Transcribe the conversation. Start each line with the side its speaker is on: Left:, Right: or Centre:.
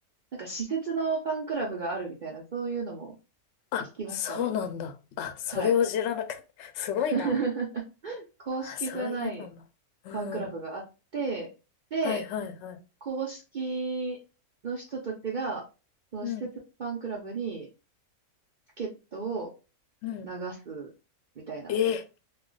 Right: なんか、施設のファンクラブがあるみたいな、そういうのも
Left: あ、
Right: 聞きましたね。
Left: そうなんだ。あ、それを知らなかった。
Right: はい。
Left: すごいな。
Right: <laughs> 公式じゃない
Left: あ、そういうのも。うん。
Right: ファンクラブがあって、で、
Left: はいはいはい。
Right: 公式の人たちが、その施設ファンクラブに
Left: うん。
Right: チケットを
Left: うん。
Right: 流すみたいな。
Left: ええ